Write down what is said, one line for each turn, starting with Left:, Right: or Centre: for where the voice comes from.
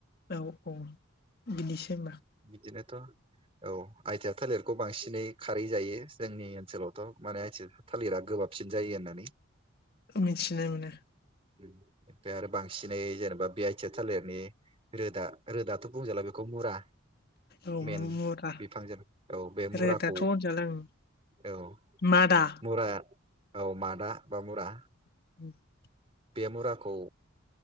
Left: अ औ। बिदिसो होमबा
Right: बिदिनोथ'। औ आइथिया थालिरखौ बांसिनै खारै जायो जोंनि ओनसोलावथ' माने आइथिया थालिरा गोबाबसिन जायो होननानै।
Left: मिथिनो मानो।
Right: ओमफ्राय आरो बांसिनै जेनेबा बि आइ टिआ थालिरनि रोदा रोदाथ' बुंजाला बेखौ मुरा
Left: औ
Right: मेन
Left: मु- मुरा
Right: बिफांजों औ बे मुराखौ
Left: रोदाथ' होनजाला ओं
Right: औ
Left: मादा
Right: मुरा औ मादा बा मुरा।
Left: <inaudible>
Right: बे मुराखौ